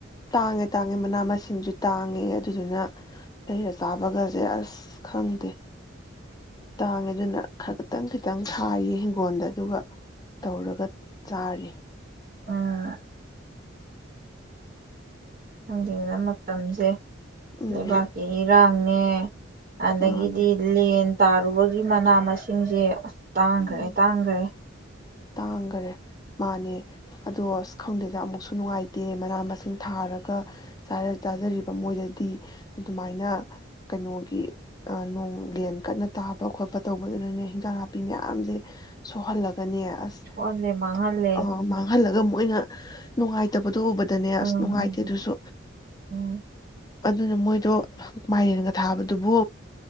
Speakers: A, on the left; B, on the right.
A: ꯇꯥꯡꯉꯦ ꯇꯥꯡꯉꯦ ꯃꯅꯥ ꯃꯁꯤꯡꯁꯨ ꯇꯥꯡꯉꯦ ꯑꯗꯨꯗꯨꯅ ꯂꯩꯔ ꯆꯥꯕꯒꯁꯦ ꯑꯁ ꯈꯪꯗꯦ ꯇꯥꯡꯉꯦ ꯑꯗꯨꯅ ꯈꯛꯇꯪ ꯈꯤꯇꯪ ꯊꯥꯏꯌꯦ ꯍꯤꯡꯒꯣꯜꯗ ꯑꯗꯨꯒ ꯇꯧꯔꯒ ꯆꯥꯔꯤ
B: ꯎꯝ ꯈꯪꯗꯦꯗ ꯃꯇꯝꯖꯦ
A: ꯎꯝ
B: ꯂꯩꯕꯥꯛꯀꯤ ꯏꯔꯥꯡ ꯃꯦ ꯑꯗꯒꯤꯗꯤ
A: ꯃꯥꯅꯦ
B: ꯂꯦꯟ ꯇꯥꯔꯨꯕꯒꯤ ꯃꯅꯥ ꯃꯁꯤꯡꯖꯦ ꯇꯥꯡꯈ꯭ꯔꯦ
A: ꯎꯝ
B: ꯇꯥꯡꯈ꯭ꯔꯦ
A: ꯇꯥꯡꯈꯔꯦ ꯃꯥꯅꯦ ꯑꯗꯣ ꯑꯁ ꯈꯪꯗꯦꯗ ꯑꯃꯨꯛꯁꯨ ꯅꯨꯡꯉꯥꯏꯇꯦ ꯃꯅꯥ ꯃꯁꯤꯡ ꯊꯥꯔꯒ ꯆꯥꯖ ꯆꯥꯖꯔꯤꯕ ꯃꯣꯏꯗꯗꯤ ꯑꯗꯨꯃꯥꯏꯅ ꯀꯩꯅꯣꯒꯤ ꯅꯣꯡ ꯂꯦꯟ ꯀꯟꯅ ꯇꯥꯕ ꯈꯣꯠꯄ ꯇꯧꯕꯗꯨꯅꯅꯦ ꯍꯤꯟꯖꯥꯡ ꯅꯥ ꯄꯤ ꯃꯌꯥꯝꯁꯦ ꯁꯣꯛꯍꯜꯂꯒꯅꯦ ꯑꯁ
B: ꯁꯣꯜꯂꯦ ꯃꯥꯡꯍꯜꯂꯦ
A: ꯑꯝ ꯃꯥꯡꯍꯜꯂꯒ ꯃꯣꯏꯅ ꯅꯨꯡꯉꯥꯏꯇꯕꯗꯣ ꯎꯕ ꯗꯅꯦ
B: ꯎꯝ
A: ꯑꯁ ꯅꯨꯡꯉꯥꯏꯇꯦ
B: ꯎꯝ
A: ꯑꯗꯨꯁꯨ
B: ꯎꯝ
A: ꯑꯗꯨꯅ ꯃꯣꯏꯗꯣ ꯃꯥꯏꯔꯦꯟꯒ ꯊꯥꯕꯗꯨꯕꯨ